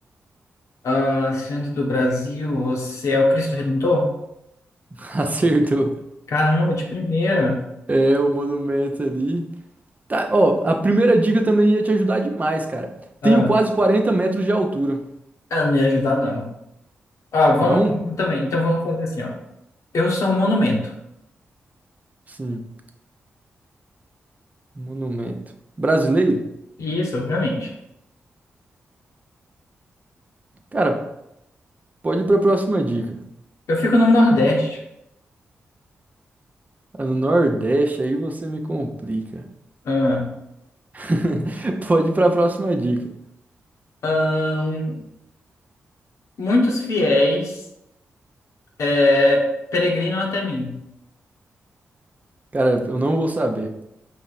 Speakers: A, on the left; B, on the right.
A: Ah, sendo do Brasil, você é o Cristo Redentor?
B: <laughs> Acertou.
A: Caramba, de primeira.
B: É, o monumento ali. Tá, ó, a primeira dica também ia te ajudar demais, cara.
A: Ah,
B: Tenho quase 40 metros de altura.
A: ah, não ia ajudar, não. Ah, vamos
B: Não?
A: vamos também. Então vamos fazer assim, ó. Eu sou um monumento.
B: Sim, monumento. Brasileiro?
A: Isso, obviamente.
B: Cara, pode ir para a próxima dica.
A: Eu fico no Nordeste.
B: Ah, No Nordeste aí você me complica.
A: Ah,
B: <laughs> Pode ir para a próxima dica.
A: ahn, muitos fiéis é, peregrinam até mim.
B: Cara, eu não vou saber.